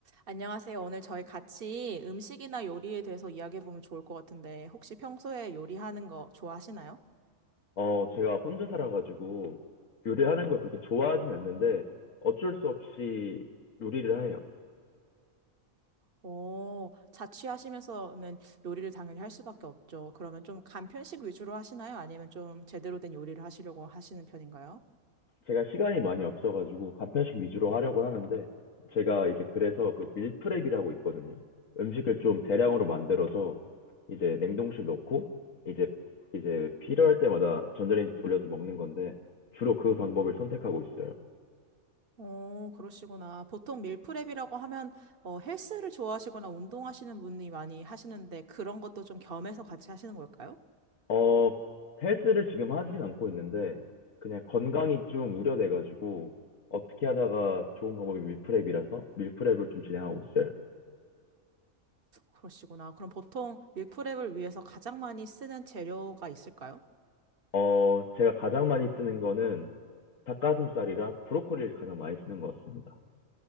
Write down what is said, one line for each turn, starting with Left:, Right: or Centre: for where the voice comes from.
Right: 안녕하세요. 오늘 저희 같이 음식이나 요리에 대해서 이야기해보면 좋을 것 같은데, 혹시 평소에 요리하는 거 좋아하시나요?
Left: 어, 제가 혼자 살아가지고 요리하는 걸 그렇게 좋아하진 않는데 어쩔 수 없이 요리를 해요.
Right: 오, 자취하시면서는 요리를 당연히 할 수밖에 없죠. 그러면 좀 간편식 위주로 하시나요? 아니면 좀 제대로 된 요리를 하시려고 하시는 편인가요?
Left: 제가 시간이 많이 없어가지고 간편식 위주로 하려고 하는데 제가 이제 그래서 그 밀프렙이라고 있거든요. 음식을 좀 대량으로 만들어서 이제 냉동실 넣고 이제 이제 필요할 때마다 전자레인지 돌려서 먹는 건데 주로 그 방법을 선택하고 있어요.
Right: 오, 그러시구나. 보통 밀프렙이라고 하면 어, 헬스를 좋아하시거나 운동하시는 분이 많이 하시는데 그런 것도 좀 겸해서 같이 하시는 걸까요?
Left: 어, 헬스를 지금 하진 않고 있는데, 그냥 건강이 좀 우려돼가지고, 어떻게 하다가 좋은 방법이 밀프렙이라서 밀프렙을 좀 진행하고 있어요.
Right: 그러시구나. 그럼 보통 밀프렙을 위해서 가장 많이 쓰는 재료가 있을까요?
Left: 어, 제가 가장 많이 쓰는 거는 닭가슴살이랑 브로콜리를 가장 많이 쓰는 것 같습니다.